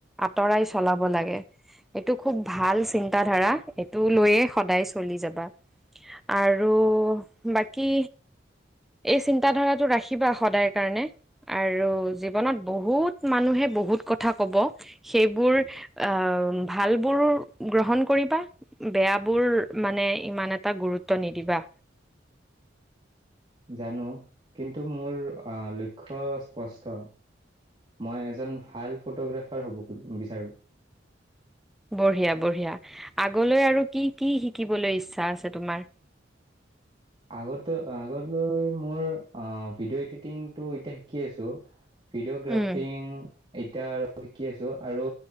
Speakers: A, in the centre; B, on the right.
A: আঁতৰাই চলাব লাগে। এইটো খুব ভাল চিন্তা ধাৰা এইটো লৈয়ে সদায় চলি যাবা। আৰু বাকী এই চিন্তা ধাৰাটো ৰাখিবা সদায় কাৰণে। আৰু জীৱনত বহুত মানুহে বহুত কথা ক'ব। সেইবোৰ আহ, ভালবোৰ গ্ৰহণ কৰিবা। বেয়া বোৰ মানে ইমান এটা গুৰুত্ব নিদিবা।
B: জানো কিন্তু মোৰ লক্ষ্য স্পষ্ট। মই এজন ভাল ফ'টোগ্ৰাফাৰ হ'ব বিচাৰোঁ।
A: বঢ়িয়া, বঢ়িয়া আগলৈ আৰু কি কি শিকিবলৈ ইচ্ছা আছে তোমাৰ?
B: আগতে, আগলৈ মোৰ ভিডিঅ' এডিটিংটো এতিয়া শিকি আছোঁ। ভিডিঅ' গ্ৰাফিং
A: উম।
B: এতিয়া আৰু শিকি আছোঁ আৰু